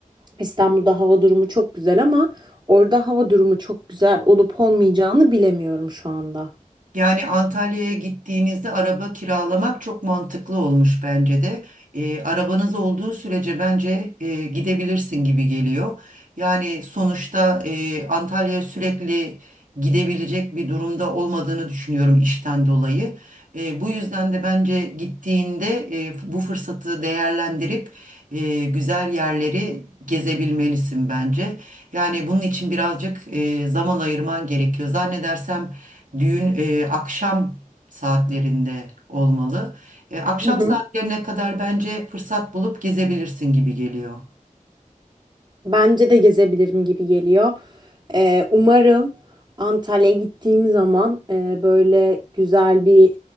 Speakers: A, on the right (about 35°); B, on the right (about 70°).
A: İstanbul'da hava durumu çok güzel ama orada hava durumu çok güzel olup olmayacağını bilemiyorum şu anda.
B: Yani Antalya'ya gittiğinizde araba kiralamak çok mantıklı olmuş bence de. E, arabanız olduğu sürece bence e, gidebilirsin gibi geliyor. Yani sonuçta e, Antalya'ya sürekli gidebilecek bir durumda olmadığını düşünüyorum işten dolayı. E, bu yüzden de bence gittiğinde e, bu fırsatı değerlendirip e, güzel yerleri gezebilmelisin bence. Yani bunun için birazcık e, zaman ayırman gerekiyor. Zannedersem düğün e, akşam saatlerinde olmalı. E, akşam
A: Hı hı.
B: saatlerine kadar bence fırsat bulup gezebilirsin gibi geliyor.
A: Bence de gezebilirim gibi geliyor. Ee, umarım Antalya'ya gittiğim zaman e, böyle güzel bir